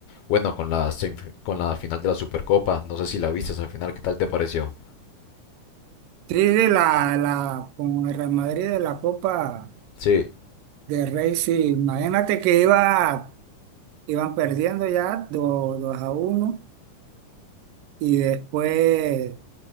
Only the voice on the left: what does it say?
bueno, con la, semif- con la final de la Supercopa. No sé si la viste esa final, ¿qué tal te pareció?
Sí,